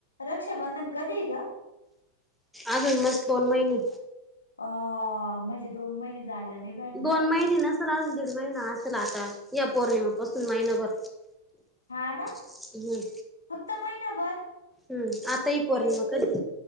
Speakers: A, on the left; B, in the centre.
A: रक्षा बंधन कधीग
B: अजून मस् दोन महिने
A: अ म्हणजे दोन महिने जायला नाही. भेटणार
B: दोन महिने नसल अजून दीड महिना असल आता या पौर्णिमापासून महिनाभर
A: ह ना.
B: हम्.
A: फक्त महिनाभर
B: हम्म आता ही
A: ये
B: पौर्णिमा कधी